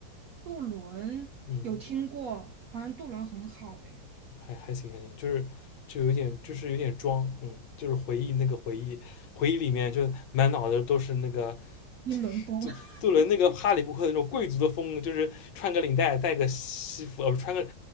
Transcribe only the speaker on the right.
渡轮有听过，
好像渡轮很好诶，
英伦风，
<laughs>